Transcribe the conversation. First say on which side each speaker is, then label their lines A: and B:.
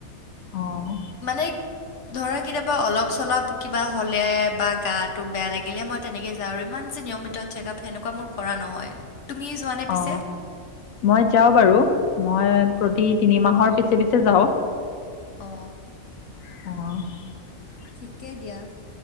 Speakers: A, on the left; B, on the left.
A: অঁ
B: মানে ধৰা কেতিয়াবা অলপ চলপ কিবা হলে বা গাটো বেয়া লাগিলে মই তেনেকে যাওঁ ইমান নিয়মিত চেকআপ সেনেকুৱা মোৰ কৰা নহয় তুমি যোৱানে পিছে
A: অ মই যাওঁ বাৰু মই প্ৰতি
B: অঁ
A: তিনিমাহৰ পিছে পিছে যাওঁ
B: অ
A: অ
B: ঠিকে দিয়া